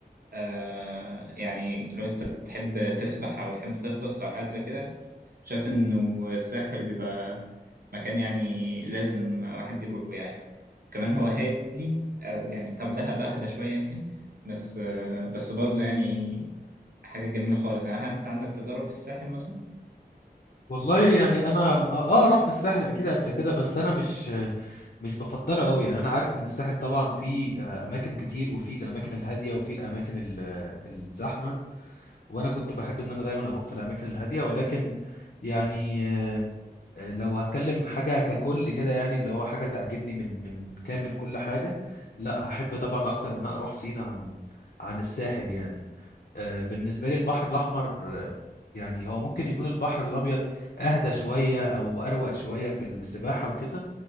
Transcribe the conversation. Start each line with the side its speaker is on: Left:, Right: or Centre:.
Right: آه يعني لو انت بتحب تسبح او تحب تغطس او حاجه زي كده شايف انه الساحل بيبقى مكان يعني لازم واحد يروحه يعني كمان هو هادي او يعني طب دهب اهدى شويه يمكن بس آه بس برضه يعني حاجه جميله خالص يعني هل انت عندك تجارب في الساحل مثلا
Left: والله يعني انا اه آه، رحت الساحل اكيد قبل كده بس انا مش مش بفضله قوي يعني انا عارف ان الساحل طبعا فيه آه، اماكن كتير وفيه الاماكن الهاديه وفيه الاماكن ال- آه، الزحمه وانا كنت بحب ان انا دايما اروح في الاماكن الهاديه ولكن يعني آه، آه، لو هتكلم حاجة ككل كده يعني اللي هو حاجة تعجبني من من كامل كل حاجة لا هحب طبعا أكتر إن أنا أروح سينا عن عن الساحل يعني آه، بالنسبة لي البحر الأحمر آه، يعني هو ممكن يكون البحر الأبيض أهدى شوية أو أروق شوية في السباحة وكده